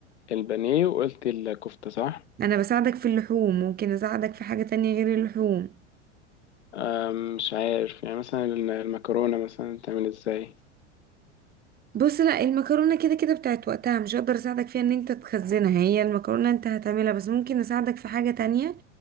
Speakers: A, on the left (about 65°); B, on the right (about 25°).
A: البانيه وقلتي الكفته صح
B: انا بساعدك في اللحوم ممكن اساعدك في حاجة تانية غير اللحوم
A: آم، مش عارف يعني مثلا المكرونه مثلا تعمل ازاي
B: بص لا المكرونه كده كده بتاعت وقتها مش هقدر اساعدك فيها ان انت تخزنها هي المكرونه انت هتعملها بس ممكن اساعدك في حاجه تانية